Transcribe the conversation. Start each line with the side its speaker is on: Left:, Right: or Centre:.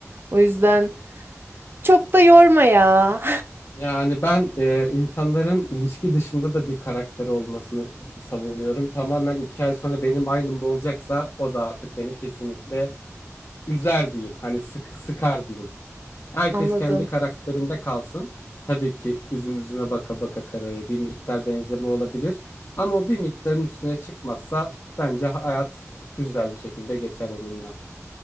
Right: O yüzden çok da yorma ya.
Left: Yani ben e, insanların ilişki dışında da bir karakteri olmasını savunuyorum. Tamamen iki ay sonra benim aynım olacaksa o da artık beni kesinlikle üzer diyeyim. Hani sık, sıkar diyeyim. Herkes
Right: <laughs> Anladım.
Left: kendi karakterinde kalsın. Tabii ki üzüm üzüme baka baka kararır. Bir miktar benzeme olabilir. Ama o bir miktarın üstüne çıkmazsa bence hayat güzel bir şekilde geçer onunla.